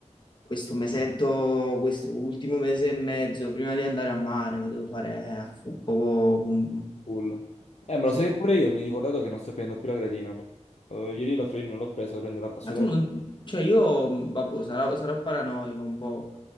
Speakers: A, on the left; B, on the left.
A: questo mesetto, questo ultimo mese e mezzo, prima di andare a mare, lo devo fare a fu- po- po- pum.
B: full. Eh, ma
A: Sì,
B: lo sai pure io, mi ho ricordato che non sto prendendo più la creatina. Eh, ieri l'altro ieri non l'ho presa, devo prendere assolutamente...
A: ma tu non... Cioè io, mh, vabbè, sarò, sarò paranoico un po',